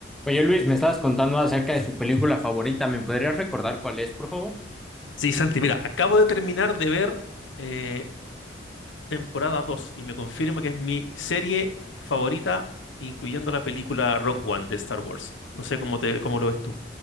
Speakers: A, in the centre; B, on the left.
A: Oye Luis, me estabas contando acerca de tu película favorita. ¿Me podrías recordar cuál es, por favor?
B: Sí, Santi, mira, acabo de terminar de ver eh, temporada 2 y me confirma que es mi serie favorita, incluyendo la película Rock One de Star Wars. No sé cómo te, cómo lo ves tú.